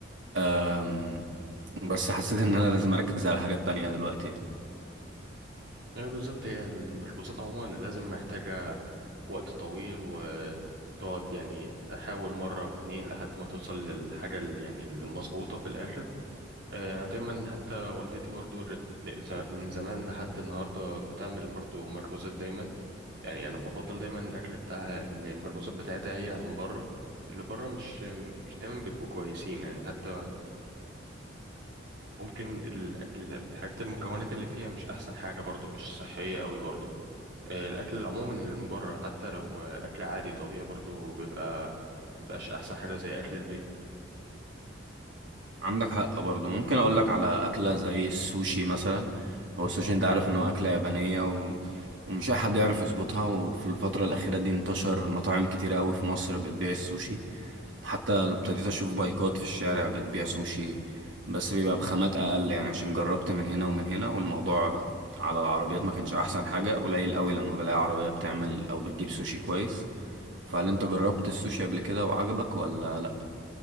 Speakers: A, on the right; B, on the right.
A: أم، بس حسيت إن أنا لازم أركز على حاجات تانية دلوقتي يعني.
B: أيوة بالظبط هي المخبوزات عموما لازم محتاجة وقت طويل وتقعد يعني تحاول مرة واتنين لحد ما توصل للحاجة ال- يعني المظبوطة في الآخر آه، أنا دايما حتى والدتي برضو رد- ز- من زمان لحد النهاردة بتعمل برضو مخبوزات دايما يعني أنا بفضل دايما الأكل بتاعها المخبوزات بتاعتها هي عن بره اللي بره مش مش دايما بيبقوا كويسين يعني حتى ممكن ال- ال- الحاجات المكونات اللي فيها مش احسن حاجه برضو مش صحيه قوي برضو آه، الاكل عموما اللي من بره حتى لو آه، اكل عادي طبيعي برضو بيبقى مبقاش احسن حاجه زي اكل البيت
A: عندك حق برضه ممكن اقول لك على اكله زي السوشي مثلا هو السوشي انت عارف ان هو اكله يابانيه و... ومش اي حد يعرف يظبطها وفي الفتره الاخيره دي انتشر مطاعم كتيره قوي في مصر بتبيع السوشي حتى ابتديت اشوف بايكات في الشارع بتبيع سوشي بس بيبقى بخامات اقل يعني عشان جربت من هنا ومن هنا والموضوع على العربيات ما كانش احسن حاجه قليل قوي لما بلاقي عربيه بتعمل او بتجيب سوشي كويس فهل انت جربت السوشي قبل كده وعجبك ولا لا